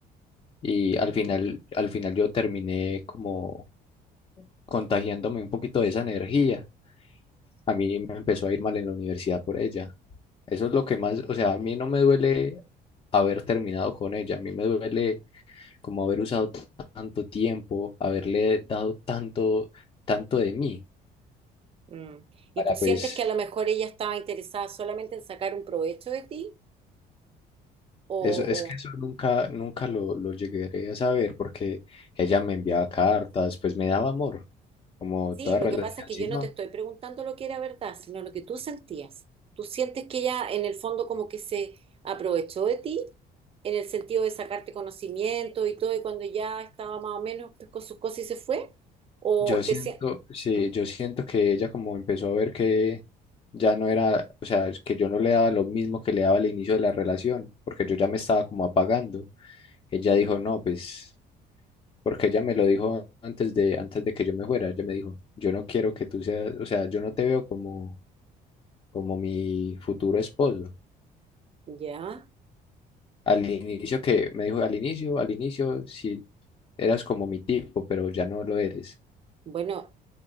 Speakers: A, on the left; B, on the right.
A: Y al final, al final yo terminé como contagiándome un poquito de esa energía. A mí me empezó a ir mal en la universidad por ella. Eso es lo que más, o sea, a mí no me duele haber terminado con ella, a mí me duele como haber usado t- tanto tiempo, haberle dado tanto, tanto de mí
B: Mm. ¿Y
A: para
B: tú sientes
A: pues,
B: que a lo mejor ella estaba interesada solamente en sacar un provecho de ti? o,
A: eso, es que eso nunca, nunca lo, lo llegué a saber porque ella me enviaba cartas, pues me daba amor, como
B: Sí,
A: toda
B: lo
A: relación,
B: que pasa es que
A: si
B: yo no
A: no,
B: te estoy preguntando lo que era verdad, sino lo que tú sentías. ¿Tú sientes que ella en el fondo como que se aprovechó de ti en el sentido de sacarte conocimiento y todo y cuando ya estaba más o menos pues, con sus cosas y se fue? ¿O
A: yo siento,
B: te sien-
A: sí,
B: ¿Mm?
A: yo siento que ella como empezó a ver que ya no era, o sea, que yo no le daba lo mismo que le daba al inicio de la relación, porque yo ya me estaba como apagando. Ella dijo, no, pues Porque ella me lo dijo antes de, antes de que yo me fuera. Ella me dijo, yo no quiero que tú seas, o sea, yo no te veo como, como mi futuro esposo.
B: Ya,
A: Al inicio que me dijo, al inicio, al inicio, sí, eras como mi tipo, pero ya no lo eres.
B: bueno,